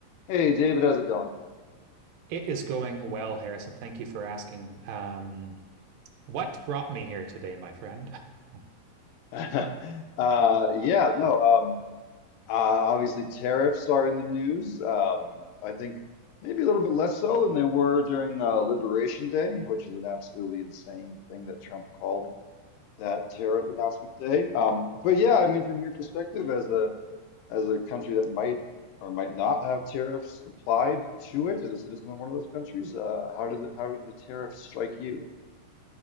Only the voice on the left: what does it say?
Hey David, how's it going?
<laughs> Uh, yeah, no, um, uh, obviously tariffs are in the news. Um, I think maybe a little bit less so than they were during uh, Liberation Day, which is an absolutely insane thing that Trump called that tariff announcement day. Um, but yeah, I mean, from your perspective as a as a country that might or might not have tariffs applied to it as a citizen of one of those countries, uh, how did the, how did the tariffs strike you?